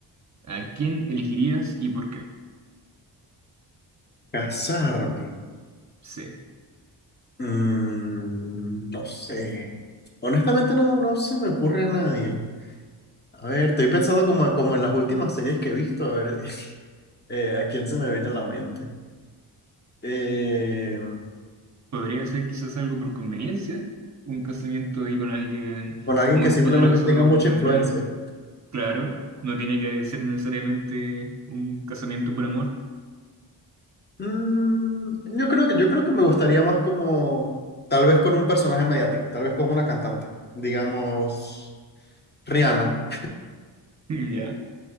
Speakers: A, on the right; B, on the left.
A: ¿A quién elegirías y por qué?
B: casarme.
A: C.
B: Mm, no sé. Honestamente no, no se me ocurre a nadie. A ver, estoy pensando como, como en las últimas series que he visto, a ver <laughs> eh, a quién se me viene a la mente. Eh,
A: Podría ser quizás algo por conveniencia, un casamiento ahí con alguien
B: con alguien
A: muy
B: que simplemente
A: poderoso
B: tenga mucha
A: o con
B: influencia.
A: dinero. Claro, no tiene que ser necesariamente un casamiento por amor. <laughs>
B: Mm, yo creo que, yo creo que me gustaría más como, tal vez con un personaje mediático, tal vez con una cantante, digamos, Rihanna.
A: Mm, Ya.